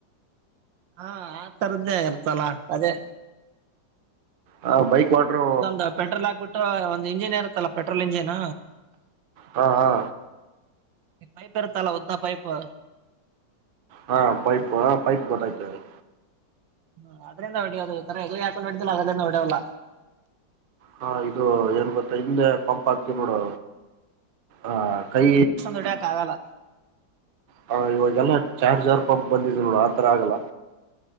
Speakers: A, on the right; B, on the right.
A: ಹಾ ಆ ತರದ್ದೇ ಇರ್ತಲ್ಲ ಅದೇ.
B: ಹ ಬೈಕ್ ವಾಟ್ರು
A: ಅದೊಂದು ಪೆಟ್ರೋಲ್ ಹಾಕ್ಬಿಟ್ಟು ಒಂದ್ ಇಂಜಿನ್ ಇರುತ್ತಲ್ಲಾ ಪೆಟ್ರೋಲ್ ಇಂಜಿನ್.
B: ಹಾ ಹಾ
A: ಈ ಪೈಪ್ ಇರುತಲ್ಲ ಉದ್ದ ಪೈಪು
B: ಹಾ ಪೈಪ್ ಹ ಪೈಪ್ ಗೊತ್ತಾಯ್ತು ಹೇಳ್
A: ಹ ಅದ್ರಿಂದ ಹೊಡ್ಯೋದು ಈ ತರ ಹೇಗ್ಲಿಗ್ ಹಾಕೊಂಡ್ ಹೊಡಿತೀವಲ್ಲ ಅದ್ರಿಂದ ಹೊಡ್ಯಲ್ಲ.
B: ಹಾ ಇದು ಏನ್ ಗೊತ್ತ ಹಿಂದೆ ಪಂಪ್ ಆಕ್ತಿವ್ ನೋಡು ಆ ಕೈ
A: ಒಡಿಯಕ್ ಆಗಲ್ಲ.
B: ಹ ಇವಾಗೆಲ್ಲ ಚಾರ್ಜರ್ ಪಂಪ್ ಬಂದಿದೆ ನೋಡ್ ಆತರ ಆಗಲ್ಲ.